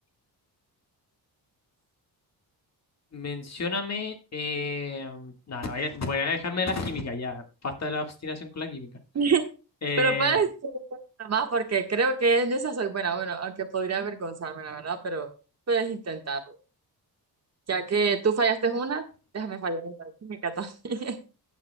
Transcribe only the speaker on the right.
<laughs>
Pero puedes intentar más porque creo que en esa soy buena. Bueno, aunque podría avergonzarme, la verdad, pero puedes intentarlo. Ya que tú fallaste una, déjame fallar en la química también.